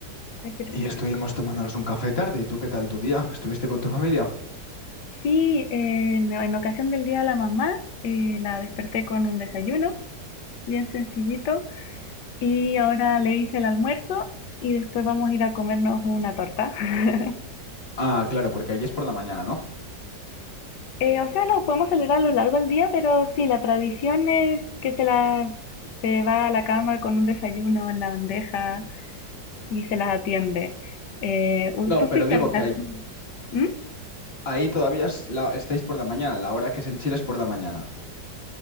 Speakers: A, on the left; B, on the left.
A: Ay, pero
B: y
A: qué
B: estuvimos
A: rico.
B: tomándonos un café tarde. ¿Y tú qué tal tu día? ¿Estuviste con tu familia?
A: Sí, eh, en, en ocasión del Día de la Mamá, eh, la desperté con un desayuno bien sencillito y ahora le hice el almuerzo y después vamos a ir a comernos una torta. <laughs>
B: Ah, claro, porque allí es por la mañana, ¿no?
A: Eh, o sea, lo podemos celebrar a lo largo del día, pero sí, la tradición es que se las se va a la cama con un desayuno en la bandeja y se las atiende. Eh, u-
B: No,
A: ¿tú
B: pero
A: fuiste
B: digo
A: en ocasión?
B: que ahí,
A: ¿Mm?
B: ahí todavía es la- estáis por la mañana. La hora que es en Chile es por la mañana.